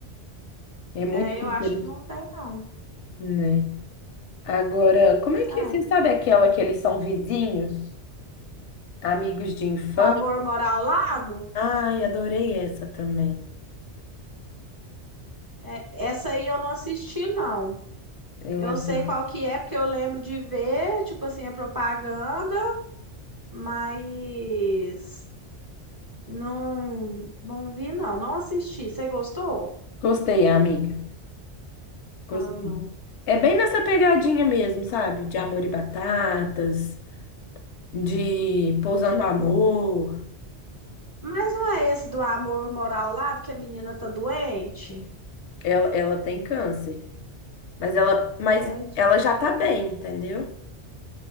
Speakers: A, on the left; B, on the right.
A: É muito
B: É,
A: que
B: eu acho
A: interessante,
B: que não tem, não.
A: né? Agora, como é que
B: É.
A: você sabe aquela que eles são vizinhos, amigos de infância?
B: O Amor Mora ao Lado,
A: Ai, adorei essa também.
B: é, essa aí eu não assisti, não.
A: Eu
B: Eu
A: adorei.
B: sei qual que é, porque eu lembro de ver, tipo assim, a propaganda, mas não, não vi, não. Não assisti. Você gostou?
A: Gostei, amiga. Gostei.
B: Ah, não.
A: É bem nessa pegadinha mesmo, sabe? De amor e batatas, de pousando amor.
B: Mas não é esse do Amor Mora ao Lado que a menina tá doente?
A: Ela, ela tem câncer, mas ela, mas
B: Entendi.
A: ela já tá bem, entendeu?